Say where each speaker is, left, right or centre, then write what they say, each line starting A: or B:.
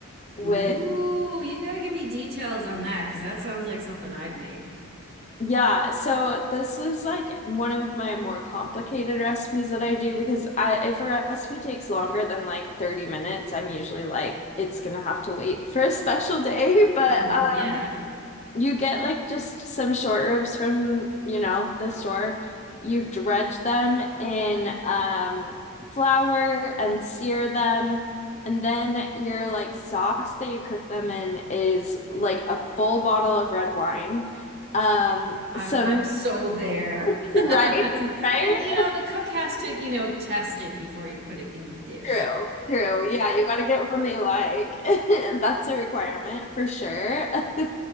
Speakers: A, on the left (about 30°); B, on the right (about 45°).
A: with
B: Ooh, you got to give me details on that because that sounds like something I'd make.
A: Yeah, so this is like one of my more complicated recipes that I do because I if a recipe takes longer than like 30 minutes, I'm usually like it's gonna have to wait for a special day, <laughs> but
B: Y- Yeah,
A: um you get like just some short ribs from, you know, the store. You dredge them in um, flour and sear them. And then your like sauce that you cook them in is like a full bottle of red wine. Um,
B: I'm
A: some,
B: I'm so there.
A: <laughs>
B: <laughs>
A: right? Right?
B: And you know, the cook has to, you know, test it before you put it in the dish.
A: True, true. Yeah, you got to get one they like. <laughs> That's a requirement for sure. <laughs>